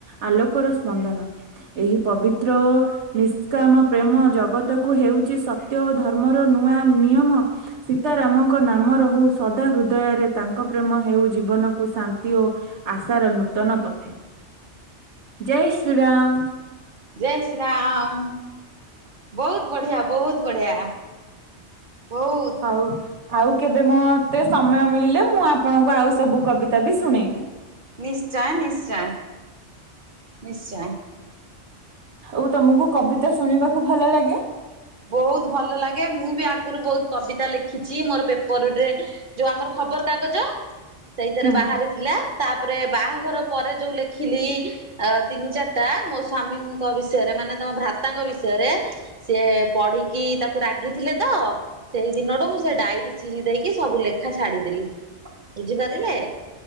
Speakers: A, on the right; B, on the right.
A: ଆଲୋକର ସ୍ପନ୍ଦନ ଏହି ପବିତ୍ର ଓ କାମ ପ୍ରେମ ଜଗତକୁ ହେଉଛି ସତ୍ୟ ଓ ଧର୍ମର ନୂଆ ନିୟମ ସୀତାରାମଙ୍କ ନାମ ରହୁ ସଦା ହୃଦୟରେ ତାଙ୍କ ପ୍ରେମ ହେଉ ଜୀବନକୁ ଶାନ୍ତି ଓ -- ଆଶାର ନୂତନ ପଥେ, ଜୟ ଶ୍ରୀରାମ।
B: ଜୟ ଶ୍ରୀ ରାମ। ବହୁତ ବଢିଆ, ବହୁତ ବଢିଆ, ବହୁତ୍।
A: ହଉ। ଆଉ କେବେ ମୋତେ ସମୟ ମିଳିଲେ ମୁଁ ଆପଣଙ୍କୁ ଆଉ ସବୁ କବିତା ବି ଶୁଣେଇବି।
B: ନିଶ୍ଚୟ, ନିଶ୍ଚୟ, ନିଶ୍ଚୟ।
A: ହଉ ତମକୁ କବିତା ଶୁଣିବାକୁ ଭଲ ଲାଗେ।
B: ବହୁତ ଭଲ ଲାଗେ, ମୁଁ ବି ଆଗରୁ ବହୁତ କବିତା ଲେଖିଛି ମୋର ପେପରରେ ଯୋଉ ଆମର ଖବର କାଗଜ। ସେଇଥିରେ
A: ହୁଁ
B: ବାହାରେ। ଥିଲା ତାପରେ ବାହାଘର ପରେ ଯୋଉ ଲେଖିଲି -- ଅ ତିନି ଚାର୍ଟା ମୋ ସ୍ଵାମୀଙ୍କ ବିଷୟରେ ମାନେ ତମ ଭ୍ରାତାଙ୍କ ବିଷୟରେ ସିଏ ପଢିକି ତାକୁ ରାଗିଥିଲେ ତ ସେଇ ଦିନଠୁ ମୁଁ ସେ ଡାଇରୀ ଚିରି ଦେଇକି ସବୁ ଲେଖା ଛାଡିଦେଲି। ବୁଝିପାରିଲେ?